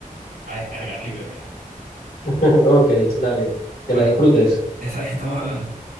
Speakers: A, on the right; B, on the left.
A: a descargar y vérmela.
B: <laughs> ok, dale, que
A: Bueno,
B: la disfrutes.
A: <laughs> esa vez estamos hablando.